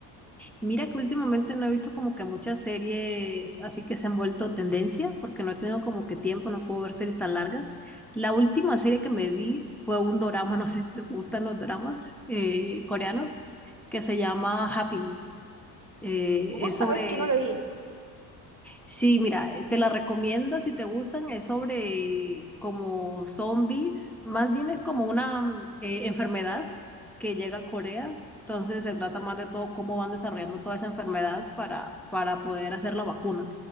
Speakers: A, in the centre; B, on the right.
A: Mira que últimamente no he visto como que muchas series así que se han vuelto tendencia, porque no he tenido como que tiempo, no puedo ver series tan largas. La última serie que me vi fue un dorama, <laughs> no sé si te gustan los doramas eh, coreanos, que se llama Happiness. Eh,
B: Vos
A: es
B: sabés
A: sobre,
B: que no la vi.
A: Sí, mira, eh, te la recomiendo si te gustan, es sobre como zombies, más bien es como una mm, eh, enfermedad que llega a Corea, entonces se trata más de todo cómo van desarrollando toda esa enfermedad para, para poder hacer la vacuna.